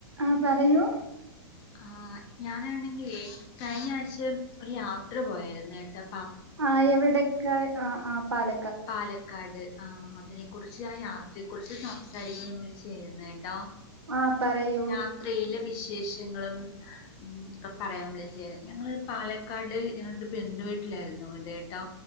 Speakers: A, on the right; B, on the left.
A: ആഹ് പറയൂ
B: ആഹ് ഞാനാണെങ്കിലേ കഴിഞ്ഞാഴ്ച ഒരു യാത്ര പോയാരുന്നുട്ടോ
A: ആഹ് എവിടേക്ക് ആഹ് ആഹ് പാല
B: പാലക്കാട് ആഹ് അതിനെക്കുറിച്ച് ആഹ് യാത്രയെക്കുറിച്ച് സംസാരിക്കാൻ വിളിച്ചയായിരുന്ന് കേട്ടോ
A: ആഹ് പറയ്
B: യാത്രയില് വിശേഷങ്ങളും ഉം ഇതൊക്കെ പറയാൻ വിളിച്ചേയാ ഞങ്ങള് പാലക്കാട് ഞങ്ങളൊരു ബന്ധുവീട്ടിലായിരുന്നു ഇതേട്ടോ